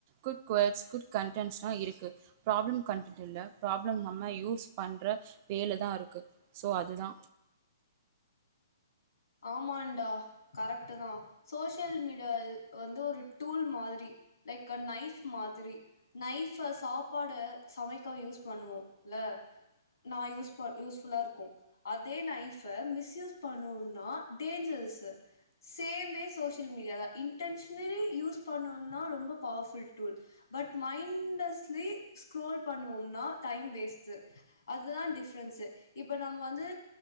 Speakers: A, on the right; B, on the left.
A: குட் வேர்ட்ஸ் குட் கன்டென்ட்ஸ்லா இருக்கு ப்ராப்ளம் கண்டன்ட் இல்ல ப்ராப்ளம் நம்ம யூஸ் பண்ற வேல தா இருக்கு சோ அதுதா
B: ஆமாண்டா கரெக்டு தா சோசியல் மீடியா வந்து ஒரு டூல் மாதிரி லைக் அ நைஃப் மாதிரி நைஃப சாப்பாட சமைக்க யூஸ் பண்ணுவோ இல்ல நா யூஸ் ப யூஸ் ஃபுல்லா இருக்கு அதே நைஃப மிஸ்யூஸ் பண்ணுவோ நா டேஞ்சரஸு சேமே சோசியல் மீடியா தா இன்டென்ஷன் னே யூஸ் பண்ணோனா ரொம்ப powerful tool but mindlessly scroll பண்ணுவோம்னா டைம் வேஸ்டு அதுதா டிப்ரென்ஸ்சு இப்ப நம்ம வந்து